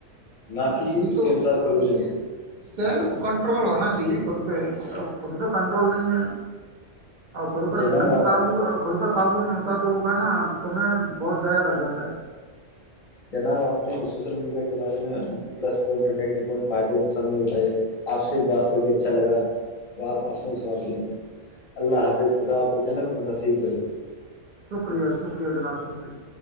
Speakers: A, on the left; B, on the right.
A: نہ
B: ارے
A: کہ
B: یہی
A: اس
B: تو
A: کے انوسار خود کو
B: یہ سیلف کنٹرول ہونا چاہیے خود پہ خود پہ کنٹرول نہیں ہے اور خود پر
A: جناب
B: نہیں
A: آپ
B: کاابو
A: سے
B: خ پر قابو نہیں ہوتبا تو وہ کہ نا سمے بہت ضائدہ کٹ جاتا ہے
A: جناب آپ نے سوشل میڈیا کے بارے میں پلسوائنٹ نیووٹ فائدے نقصان بھی بتائے آپ سے بات کر کے اچھا لگا آپ موات ہیں اللہ حافظ خدا آ کو جنت میں نصب کرے
B: سکریہ سکریہ جنا سکریہ